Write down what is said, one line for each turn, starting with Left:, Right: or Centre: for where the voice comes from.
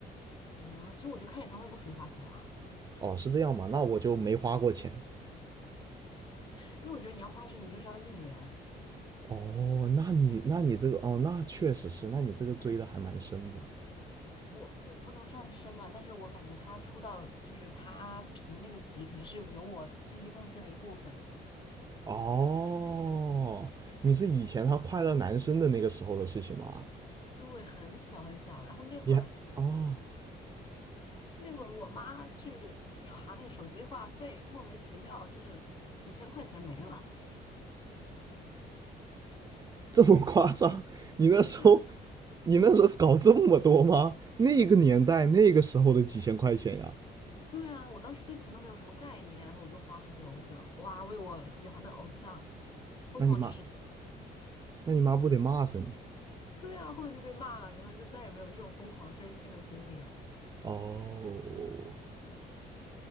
Left: 啊、其实我觉得看演唱会不属于花钱啦，
Right: 哦，是这样吗？那我就没花过钱。
Left: 因为我觉得你要花钱，你就是要应援。
Right: 哦，那你那你这个哦，那确实是，那你这个追的还蛮深的。
Left: 我我不能算深吧，但是我感觉他出道就是他评那个级，肯定是有我积极贡献的一部分。
Right: 哦，你是以前他快乐男生的那个时候的事情吗？
Left: 对，很小很小。然后那会儿
Right: 你还哦，
Left: 那会儿我妈去查那个手机话费，莫名其妙就是几千块钱没了。
Right: <laughs> 这么夸张？<laughs> 你那时候，
Left: 是的，
Right: 你那时候搞这么多吗？那个年代，那个时候的几千块钱呀，
Left: 对啊，我当时对钱都没有什么概念，然后我就花出去了。我就觉得哇，为我喜欢的偶像疯狂支持
Right: 那你妈，那你妈不得骂死你？
Left: 对啊，后面就被骂了，然后就再也没有这种疯狂追星的经历了。
Right: 哦，